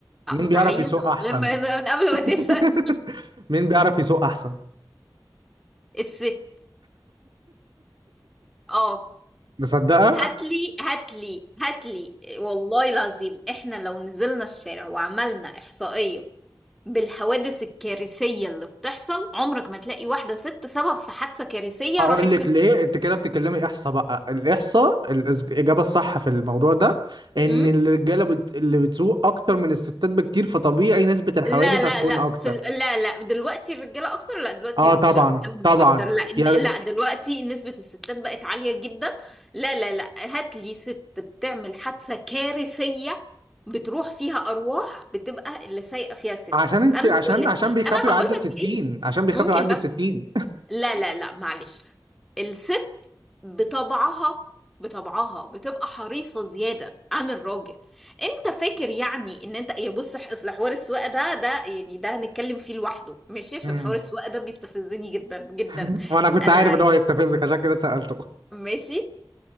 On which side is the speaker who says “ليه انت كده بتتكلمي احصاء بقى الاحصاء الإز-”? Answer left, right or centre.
Right